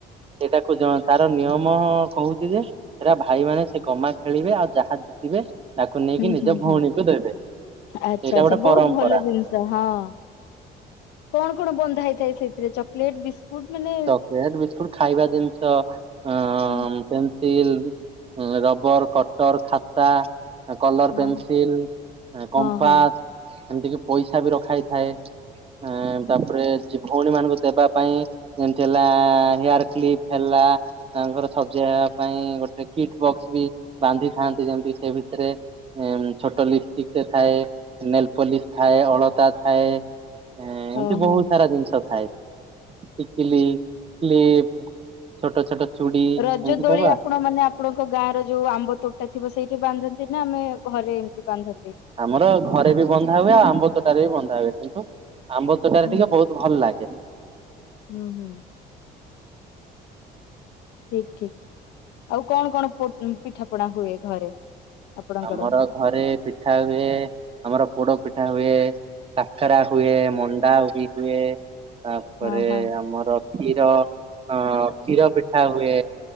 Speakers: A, on the right; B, on the left.
A: ସେଇଟାକୁ ଜଣ ତାର ନିୟମ କହୁଛି ଯେ ସେଟା ଭାଇ ମାନେ ସେ ଗମା ଖେଳିବେ ଆଉ ଯାହା ଜିତିବେ ତାକୁ ନେଇକି
B: ହୁଁ
A: ନିଜ
B: ହୁଁ ହୁଁ।
A: ଭଉଣୀକୁ ଦେବେ, ସେଇଟା
B: ଆଚ୍ଛା ଆଚ୍ଛା
A: ଗୋଟେ
B: ବହୁତ
A: ପରମ୍ପରା।
B: ଭଲ ଜିନିଷ ହଁ କଣ କଣ ବନ୍ଧା ହେଇଥାଏ ସେଥିରେ ଚକୋଲେଟ୍ ବିସ ବହୁତ୍ ମାନେ
A: ଚକୋଲେଟ ବିସ୍କୁଟ ଖାଇବା ଜିନିଷ ଅଁ
B: ହୁଁ,
A: ମ୍ ପେନସିଲ୍, ରବର, କଟର, ଖାତା। କଲର
B: ହଁ
A: ପେନସିଲ, କମ୍ପାସ
B: ହଁ ହଁ
A: ଏମିତି କି ପଇସା ବି ରଖା ହେଇଥାଏ। ଆଁ ତାପରେ ଭଉଣୀ ମାନଙ୍କୁ ଦେବା ପାଇଁ ଯେମିତି ହେଲା ହେୟାର୍ କ୍ଲିପ୍ ହେଲା। ତାଙ୍କର ସଜେଇ ହେବା ପାଇଁ ଗୋଟେ କିଟ୍ ବକ୍ସ ବି ବାନ୍ଧି ଥାନ୍ତି ଯେମତି ସେ ଭିତରେ ଏଁ ଛୋଟ ଲିପଷ୍ଟିକ ଟେ ଥାଏ ନେଲପଲିସ ଥାଏ ଅଳତା ଥାଏ। ଏଁ ଏମିତି
B: ଓହୋ
A: ବହୁତ ସାରା ଜିନିଷ ଥାଏ। ଟିକିଲି, କ୍ଲିପ, ଛୋଟ ଛୋଟ ଚୁଡ଼ି ଏମିତି
B: ରଜ ଦୋଳି
A: ସବୁ ଆଉ
B: ଆପଣ ମାନେ ଆପଣଙ୍କ ଗାଁ ର ଯୋଉ ଆମ୍ବ ତୋଟା ଥିବ ସେଇଠି ବାନ୍ଧନ୍ତି ନା ଆମେ ଘରେ ଏମିତି ବାନ୍ଧନ୍ତି।
A: ଆମର ଘରେ ବି ବନ୍ଧା ହୁଏ ଆଉ ଆମ୍ବ ତୋଟାରେ ବି ବନ୍ଧା ହୁଏ କିନ୍ତୁ ଆମ୍ବ ତୋଟାରେ
B: ହୁଁ
A: ଟିକେ ବହୁତ ଭଲ ଲାଗେ।
B: ହୁଁ ହୁଁ। ଠିକ୍ ଠିକ୍ ଆଉ କଣ କଣ ପୋ ପିଠା ପଣା ହୁଏ ଘରେ ଆପଣଙ୍କର
A: ଆମର ଘରେ ପିଠା ହୁଏ ଆମର ପୋଡ ପିଠା ହୁଏ। କାକରା ହୁଏ ମଣ୍ଡା ବି ହୁଏ। ତାପରେ
B: ହଁ ହଁ
A: ଆମର କ୍ଷୀର ଅ କ୍ଷୀର ପିଠା ହୁଏ।